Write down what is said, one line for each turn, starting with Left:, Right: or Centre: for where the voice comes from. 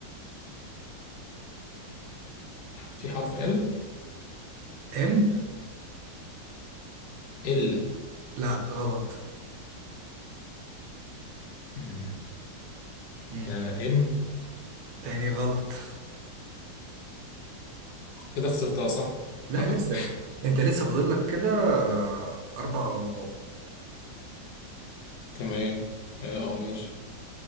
Left: في حرف ال
Right: إم
Left: ال
Right: لا غلط
Left: مم.
Right: مم.
Left: آه ام
Right: تاني غلط
Left: كده خسرتها صح
Right: لا
Left: <laughs>
Right: لسه أنت لسه فاضل لك كده آه، أربع غلطات
Left: تمام اه آه، ماشي